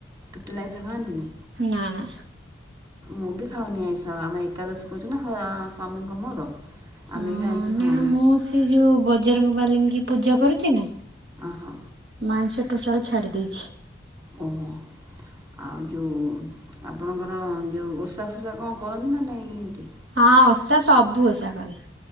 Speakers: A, on the right; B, on the right.
A: ଟୋଟାଲ ଆଇଁଷ ଖାଆନ୍ତିନି।
B: ନା ନା।
A: ମୁଁ ବି ଖାଉନି ଆଇଷ ଆମେ ଏକାଦଶୀ କରୁଛୁ ନା ସ୍ଵାମୀଙ୍କ ମୋର।
B: ହଁ
A: ଆମେ ବି ଆଇଁଷ ଖାଉନୁ।
B: ନା ମୁଁ ସେ ଯୋଉ ବଜରଙ୍ଗବାଲିଙ୍କ ପୂଜା କରୁଛି ନା।
A: ଓହୋ।
B: ମୁଁ ଆଇଁଷ ଟୋଟାଲ ଛାଡ଼ି ଦେଇଛି।
A: ଓହୋ। ଆଉ ଜୋଉ ଆପଣଙ୍କର ଜୋଉ ଓଷା ଫୋଷା କଣ କରନ୍ତି ନା ନାଇ ଏମିତି।
B: ହଁ ଓଷା ସବୁ ଓଷା କରେ।